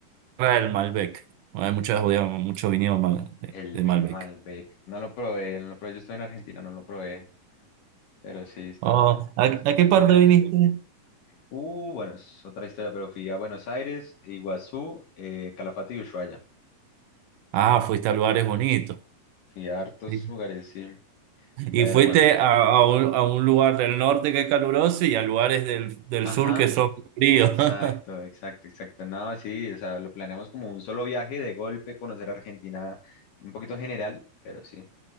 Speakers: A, on the right (about 75°); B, on the left (about 65°).
A: del Malbec. Bueno, Hay muchos, muchos viñedos mal- de,
B: El
A: de
B: vino
A: Malbec.
B: Malbec. No lo probé, no lo probé. Yo estoy en Argentina, no lo probé. Pero sí está...
A: Oh, ¿a, a
B: Es, es
A: qué parte
B: muy famoso.
A: viniste?
B: Uh, bueno, es otra historia, pero fui a Buenos Aires, Iguazú, eh, Calafate y Ushuaia.
A: Ah, fuiste a lugares bonitos.
B: Fui a hartos
A: Sí.
B: lugares, sí.
A: Y
B: Pero
A: fuiste
B: bueno.
A: a, a un, a un lugar del norte que es caluroso y a lugares del, del
B: Ajá,
A: sur que son fríos.
B: exacto,
A: <laughs>
B: exacto, exacto. No, sí, o sea, lo planeamos como un solo viaje de golpe, conocer Argentina un poquito general, pero sí,